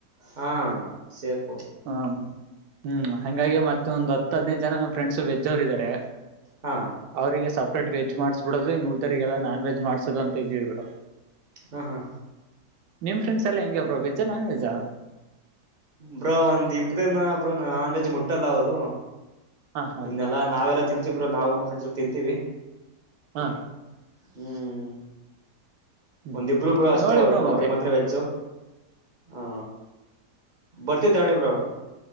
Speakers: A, on the right (about 45°); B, on the right (about 85°).
A: ಹಾ ಸೇಪು
B: ಹ್ಮ್ ಹ್ಮ್ ಹಂಗಾಗಿ ಮತ್ತೊಂದ್ ಹತ್ತು ಹದ್ದು ಜನ ನಮ್ಮ್ ಫ್ರೆಂಡ್ಸ್ ಬೆಜ್ ಅವ್ರು ಇದಾರೆ
A: ಹಾ
B: ಅವರಿಗೆ ಸಪ್ರೇಟ್ ವೆಜ್ ಮಾಡ್ ನಡೋದು ಮೂಲ್ದಾರ ಎಲ್ಲ ನಾನ್ ವೆಜ್ ಮಾಡ್ಸೋದ ಅಂತ ಇದೀವಿ ಇ್ರರು
A: ಹ್ಮ ಹಾ
B: ನಿಮ್ ಫ್ರೆಂಡ್ಸ್ ಎಲ್ಲ ಹೆಂಗಗೆ ಬ್ರೋ ವೆಜ್ಜಾ ನಾನ್ ವೆಜ್ಜಾ
A: ಬ್ರೋ ಒಂದ್ ಇಬ್ರೇನ ಬ್ರೊ ನಾನ್ ವೆಜ್ ಮುಟ್ಟಲ್ಲ ಅವರು
B: ಹಾ ಹಾ
A: ಇನ್ನೆಲ್ಲಾ ನಾವೆಲ್ಲಾ ತಿಂತೀವರು ನಾವು ನಮ್ಮ್ ಫ್ರೆಂಡಸ್ ಎಲ್ಲ ತಿಂತೀವಿ
B: ಹಾ
A: ಹ್ಮ್
B: ಹ್ಮ್
A: ಒಂದಿಬರುಬ್ರು ಅಷ್ಟೇ
B: ನೋಡಿ
A: ಅವರು
B: ಬ್ರೋ
A: ಅವ್ರಿಗೆ
B: ಮತ್ತೆ
A: ಮಾತ್ರ ವೆಜ್ಜು ಹಾ ಬರ್ತೀವಿ ತಾಳ್ಳೆ ಬ